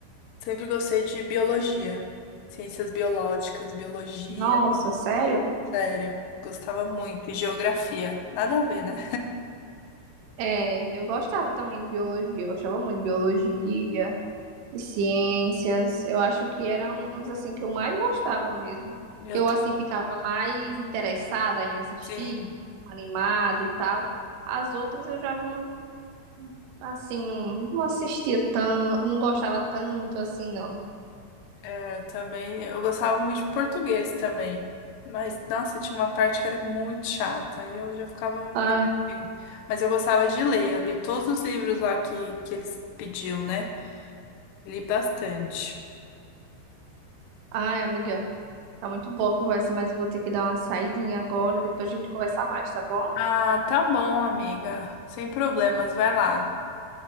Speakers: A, on the left (about 85°); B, on the right (about 75°).
A: Sempre gostei de biologia, ciências biológicas, biologia,
B: Nossa, sério?
A: sério, gostava muito. E geografia, nada a ver, né?
B: É, eu gostava também de biologia, eu gostava muito de biologia, de ciências. Eu acho que eram uns assim que eu mais gostava mesmo,
A: Eu,
B: que eu
A: ta-
B: assim ficava mais interessada em assistir,
A: sim.
B: animada e tal. As outras eu já não assim não, não assistia tanto, não gostava tanto assim não.
A: É, eu também, eu gostava muito de português também. Mas, nossa, tinha uma parte que era muito chata e eu já ficava meio.
B: Ai,
A: assim. Mas eu gostava de ler, eu li todos os livros lá que, que eles pediam, né? Li bastante.
B: ai, amiga. Tá muito boa a conversa, mas eu vou ter que dar uma saidinha agora e depois a gente conversar mais, tá bom?
A: Ah, tá bom, amiga. Sem problemas, vai lá.